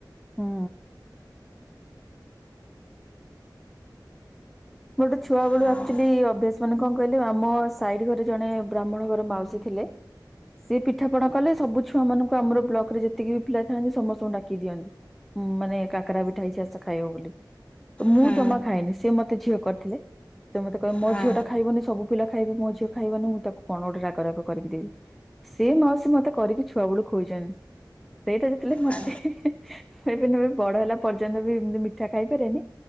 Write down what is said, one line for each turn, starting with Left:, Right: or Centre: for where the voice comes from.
Centre: ହୁଁ। ବଟ ଛୁଆ ବେଳ
Left: ହଁ
Centre: ଆକ୍ଚୁଆଲି ଅଭ୍ୟାସ ମାନ କଣ କହିଲେ ଆମ ସାହିର ଘରେ ଜଣେ ବ୍ରାହ୍ମଣ ଘର ମାଉସୀ ଥିଲେ। ସେ ପିଠାପଣା କଲେ ସବୁ ଛୁ ଛୁଆ ମାନଙ୍କୁ ଆମର ବ୍ଲକ ରେ ଯେତିକି ବି ପିଲା ଥାନ୍ତି ସମସ୍ତଙ୍କୁ ଡାକି କି ଦିଅନ୍ତି। ମୁଁ ମାନେ କାକରା ପିଠା ହେଇଛି ଆସ ଖାଇବ ବୋଲି ତ ମୁଁ
Left: ହୁଁ
Centre: ଜମା ଖାଇଏନି ସିଏ ମତେ। ଝିଅ କରିଥିଲେ। ସେ ମତେ କହିବେ ମୋ
Left: ହଁ
Centre: ଝିଅ ଟା ଖାଇବନି ସବୁ ପିଲା ଖାଇବେ ମୋ ଝିଅ ଖାଇବନି ମୁଁ ତାକୁ କଣ ଗୋଟେ ରାଗରାଗ କରିକି ଦେବି। ସେ ମାଉସୀ ମୋତେ କରିକି ଛୁଆ ବେଳକୁ ଖୋଇଛନ୍ତି। ସେଇଟା ଯେତେବେଳେ ମତେ
Left: ହଁ
Centre: ଇଭିନ ବଡ ହେଲା ପର୍ଯ୍ୟନ୍ତ ବି ଏମତି ମିଠା ଖାଇପାରେନି।